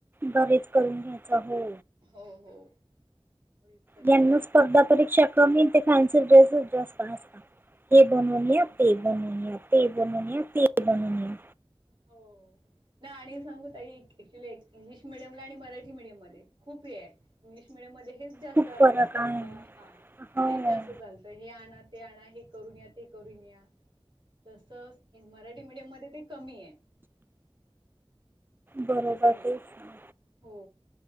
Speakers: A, on the right; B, on the right.
A: बरेच करून घ्यायचं हो
B: हो हो घरीच करायचं
A: यांना स्पर्धा परीक्षा कमी ते फॅन्सी ड्रेसस जास्त असत ते बनवून
B: हा नाही आमच्याकडे
A: या ते बनवून या ते बनवूनया ते बनवूनया
B: हो ना आणि सांगू ताई ऍक्च्युली एक इंग्लिश मिडियमला आणि मराठी मिडियम मध्ये खूप हे आहे इंग्लिश मिडियम मध्ये हेच जास्त
A: खूप
B: आपल्या
A: फरक
B: स्पर्धा
A: आहे.
B: हा
A: हो
B: हेच जास्त चालत तर हे आणा ते आणा हे करून या ते करून या. तस मराठी मीडियम मध्ये ते कमी आहे
A: बरोबर
B: यांचे
A: तेच ना.
B: हो